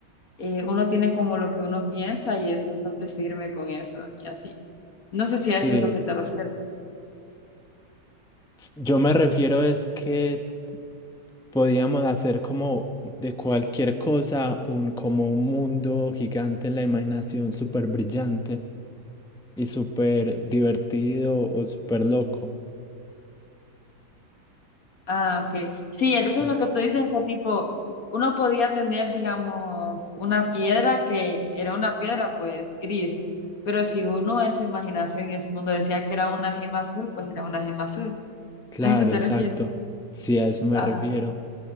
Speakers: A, on the left; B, in the centre.
A: eh, uno tiene como lo que uno piensa y es bastante firme con eso y así. No sé si
B: Sí.
A: a eso es lo que te refieres.
B: Yo me refiero es que podíamos hacer como de cualquier cosa un como un mundo gigante en la imaginación súper brillante y súper divertido o súper loco.
A: Ah, ok. Sí, entonces
B: Sí.
A: lo que tú dices es que tipo, uno podía tener, digamos, una piedra que era una piedra, pues, gris, pero si uno en su imaginación y en su mundo decía que era una gema azul, pues era una gema azul.
B: Claro,
A: ¿A eso te
B: exacto.
A: refieres?
B: Sí, a eso me
A: Ajá.
B: refiero.